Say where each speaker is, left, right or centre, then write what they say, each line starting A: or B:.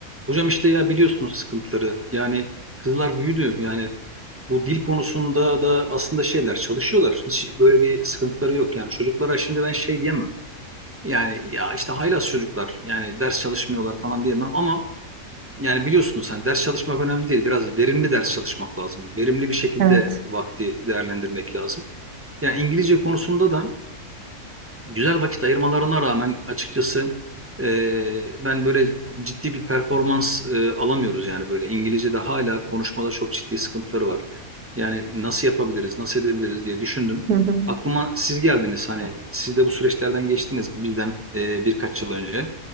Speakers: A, on the right; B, on the right.
A: Hocam işte ya biliyorsunuz sıkıntıları. Yani kızlar büyüdü. Yani bu dil konusunda da aslında şeyler çalışıyorlar. Hiç böyle bir sıkıntıları yok. Yani çocuklara şimdi ben şey diyemem. Yani ya işte haylaz çocuklar yani ders çalışmıyorlar falan diyemem ama yani biliyorsunuz hani ders çalışmak önemli değil. Biraz verimli ders çalışmak lazım. Verimli bir şekilde
B: Evet.
A: vakti değerlendirmek lazım. Yani İngilizce konusunda da güzel vakit ayırmalarına rağmen açıkçası e, ben böyle ciddi bir performans e, alamıyoruz yani böyle İngilizce'de hala konuşmada çok ciddi sıkıntıları var. Yani nasıl yapabiliriz, nasıl edebiliriz diye düşündüm.
B: Hı hı.
A: Aklıma siz geldiniz hani siz de bu süreçlerden geçtiniz bizden e, birkaç yıl önce.